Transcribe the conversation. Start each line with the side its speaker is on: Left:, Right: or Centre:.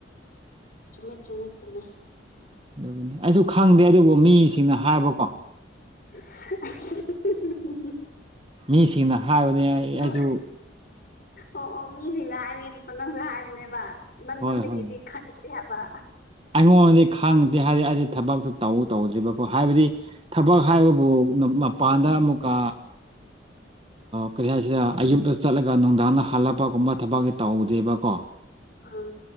Left: ꯆꯨꯝꯃꯦ ꯆꯨꯝꯃꯦ ꯆꯨꯝꯃꯦ
Right: ꯑꯗꯨꯒꯤꯅꯦ ꯑꯩꯁꯨ ꯈꯪꯗꯦ ꯑꯗꯨꯕꯨ ꯃꯤꯁꯤꯡꯅ ꯍꯥꯏꯕꯀꯣ
Left: <unintelligible>
Right: ꯃꯤꯁꯤꯡꯅ ꯍꯥꯏꯕꯅꯤ ꯑꯩ
Left: ꯅꯪ
Right: ꯑꯩꯁꯨ
Left: ꯑꯣ ꯑꯣ ꯃꯤꯁꯤꯡꯅ ꯍꯥꯏꯕꯅꯦ ꯅꯪꯁꯨ ꯍꯥꯏꯕꯅꯦꯕ ꯅꯪꯉꯣꯟꯗꯒꯤꯗꯤ
Right: ꯍꯣꯏ ꯍꯣꯏ
Left: ꯈꯪ ꯀꯩ ꯍꯥꯏꯕ
Right: ꯑꯩꯉꯣꯟꯗꯗꯤ ꯈꯪꯗꯦ ꯍꯥꯏꯗꯤ ꯑꯩꯗꯤ ꯊꯕꯛꯇꯨ ꯇꯧ ꯇꯧꯗ꯭ꯔꯤꯕꯀꯣ ꯍꯥꯏꯕꯗꯤ ꯊꯕꯛ ꯍꯥꯏꯕꯕꯨ ꯃꯄꯥꯟꯗ ꯑꯃꯨꯛꯀ ꯀꯔꯤ ꯍꯥꯏꯁꯤꯗ ꯑꯌꯨꯛꯇ ꯆꯠꯂꯒ ꯅꯨꯡꯗꯥꯡꯗ ꯍꯜꯂꯛꯄꯒꯨꯝꯕ ꯊꯕꯛꯇꯤ ꯇꯧꯗꯦꯕꯀꯣ
Left: ꯑꯥ